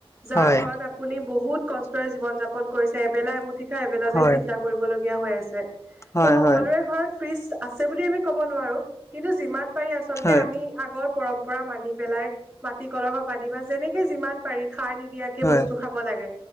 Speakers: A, on the right (about 20°); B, on the left (about 25°).
A: যাৰ
B: হয়
A: ঘৰত আপ- পুনি বহুত কষ্টৰে জীৱন যাপন কৰিছে, এবেলা এমুঠি খাই এবেলালৈ
B: হয়
A: চিন্তা কৰিবলগীয়া হৈ আছে।
B: হয়
A: ত' সকলোৰে
B: হয়
A: ঘৰত ফ্ৰিজ আছে বুলি আমি ক'ব নোৱাৰো, কিন্তু যিমান পাৰি আচলতে
B: হয়
A: আমি- আগৰ পৰম্পৰা মানি পেলাই, মাটি কলহৰ পানী, বা যেনেকে যিমান পাৰি সাৰ নিদিয়াক- কে
B: হয় হয়
A: বস্তু খাব লাগে,